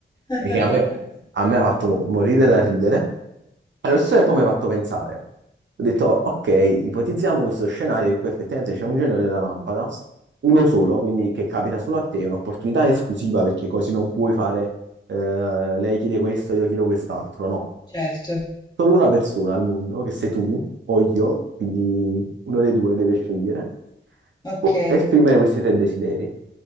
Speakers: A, on the left; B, on the right.
A: <laughs>
B: e che a me, a me ha fatto mo- morire da ridere. Allo stesso tempo mi ha fatto pensare. Ho detto, ok, ipotizziamo questo scenario in cui effettivamente c'è un genio della lampada, uno solo, quindi che capita solo a te, è un'opportunità esclusiva perché così non puoi fare eh, lei chiede questo, io chiedo quest'altro, no
A: Certo.
B: solo una persona al mondo, che sei tu o io, quindi uno dei due deve scegliere,
A: Ok.
B: può esprimere questi tre desideri.